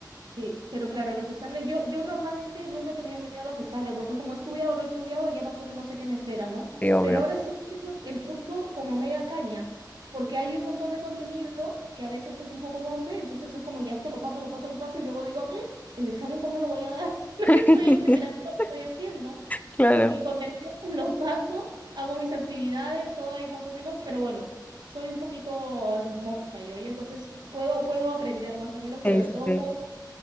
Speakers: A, on the right; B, on the left.
A: Sí, pero claro, los exámenes, yo, yo normalmente nunca he tenido miedo a los exámenes, porque como he estudiado o no he estudiado, ya más o menos sé qué me espera, ¿no?
B: Sí, obvio.
A: Pero ahora estoy haciendo el curso como a media caña, porque hay un montón de contenido que a veces es un poco monce, entonces es como ya esto lo paso, lo paso, lo paso, y luego digo, "¡Ah! ¿el examen cómo lo voy a dar? <laughs> Si No
B: <laughs>
A: me estoy enterando de lo que estoy haciendo,
B: Claro.
A: porque el contenido <laughs> lo paso, hago mis actividades, todo ahí más o menos, pero bueno. Soy un poquito mosca yo, y entonces puedo, puedo aprender más o menos,
B: Sí,
A: pero de
B: sí,
A: todos
B: sí,
A: modos